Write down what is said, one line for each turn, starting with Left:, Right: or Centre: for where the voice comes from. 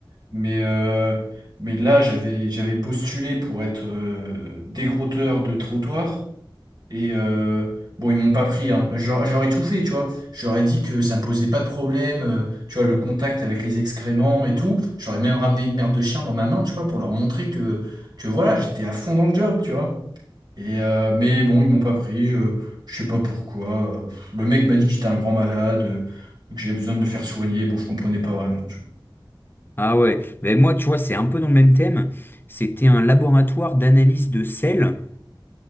Right: Mais, euh, mais là, j'avais j'avais postulé pour être euh, décrotteur de trottoir. Et euh, bon, ils m'ont pas pris. Hein. J'aurais j'aurais tout fait, tu vois. J'aurais dit que ça me posait pas de problème, euh, tu vois, le contact avec les excréments et tout. J'aurais même ramené une merde de chien dans ma main, tu vois, pour leur montrer que, que voilà, j'étais à fond dans le job, tu vois. Et, euh, mais bon, ils m'ont pas pris, je, je sais pas pourquoi. Euh, Le mec m'a dit que j'étais un grand malade, euh, que j'avais besoin de me faire soigner. Bon, je comprenais pas vraiment. tu
Left: Ah ouais, ben moi, tu vois, c'est un peu dans le même thème. C'était un laboratoire d'analyse de sel